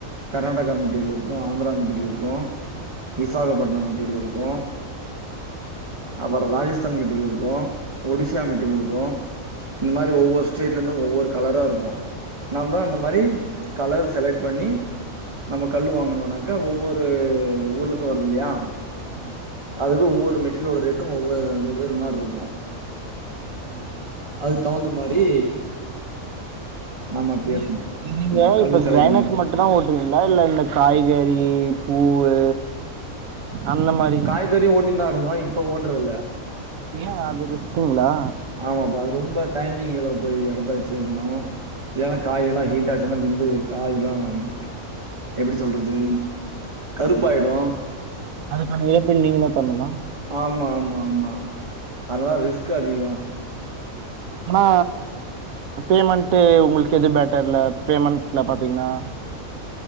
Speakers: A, on the right; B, on the right.
A: கர்நாடகா மெட்டீரியல் இருக்கு ஆந்தரா மெட்டீரியல் இருக்கு விசாகப்பட்ன மெட்டீரியல் இருக்கு அப்பற ராஜஸ்தான் மெட்டீரியல் இருக்கு ஒடிசா
B: ம் ம்
A: மெட் டிரியல் இருக்கு இந்த மாரி ஒவ்வொரு ஸ்டேட்லந்து ஒவ்வொரு கலராருக்கு நாந்தா அந்த
B: ம்
A: மாரி கலர் செலக்ட் பண்ணி
B: ம்
A: நம்ம கல்லு வாங்குணுனாக் கா ஒவ்வொரு ஊர்லந்து வருதில்லியா
B: ஆமா
A: அதுக்கு ஒவ்வொரு மெட்டீரியலோட ரேட்டு ஒவ்வொரு வெவ்வேறு மார்ருக்கு
B: ம்
A: அதுக் தவுந்த மாரி நம்ம பேசணும்.
B: நீரு இன் நீங்க
A: ம் கல்லு
B: இப்ப
A: செலக்ஷன்
B: கிரானைட்
A: பண்ணி.
B: மட்டுந்தா ஓட் டிரிங்ளா இல்ல இந்த காய்கறி பூவூ அந்த மாரி
A: காய்கறி ஓட்டிந்தா இருந்தோ இப்ப ஓட்றதுல்ல
B: ஏ அது ரிஸ்க்குங்ளா
A: ஆமாப்பா அது ரொம்ப டைமிங்கில போய் எடத்த சேக்குணு ஏனா காய் எல்லா ஹீட்டாச்சுனா வெந்து காய்லாம் எப்டி சொல்றது கருப்பாய்டு
B: அதுக்கான இழப்பு நீங்கதா தர்ணுமா
A: ஆமா மா மா அதலா ரிஸ்க்கு அதிகோ
B: ஆனா பேமெண்ட்டு உங்குள்க்கு எது பேட்டர்ல பேமெண்ட்ல பாத்தீங்னா